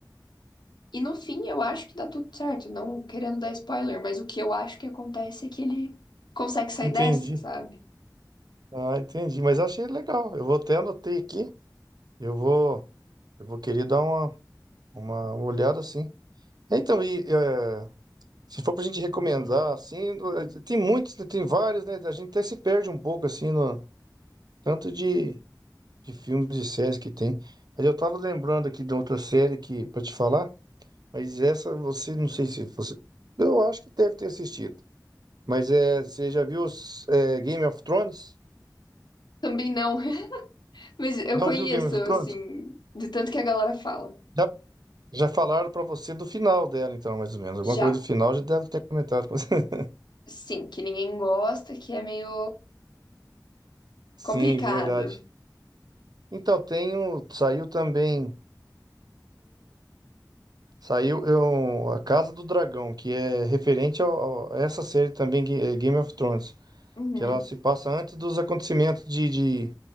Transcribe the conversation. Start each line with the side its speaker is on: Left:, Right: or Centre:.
Left: E no fim, eu acho que dá tudo certo, não querendo dar spoiler, mas o que eu acho que acontece é que ele consegue sair
Right: entendi.
Left: dessa, sabe?
Right: Ah, entendi, mas achei legal. Eu vou até anotei aqui. Eu vou, eu vou querer dar uma, uma, uma olhada assim. Então, e é, se for pra gente recomendar, assim, no- tem muitos, tem vários, né? A gente até se perde um pouco assim no tanto de de filmes e séries que tem. Mas eu tava lembrando aqui de outra série que para te falar, mas essa você não sei se você, eu acho que deve ter assistido. Mas é, você já viu os, é, Game of Thrones?
Left: Também não, <laughs> mas eu
Right: Não
Left: conheço,
Right: viu Game of Thrones?
Left: assim, de tanto que a galera fala.
Right: Já, já falaram pra você do final dela, então, mais ou menos. Alguma
Left: Já,
Right: coisa do final já deve ter comentado. com você.
Left: sim, que ninguém gosta, que é meio
Right: <laughs> Sim,
Left: complicado.
Right: verdade. Então, tem o, saiu também, saiu eu, A Casa do Dragão, que é referente ao- ao- a essa série também, Ga- é, Game of Thrones.
Left: Uhum.
Right: Que ela se passa antes dos acontecimentos de, de,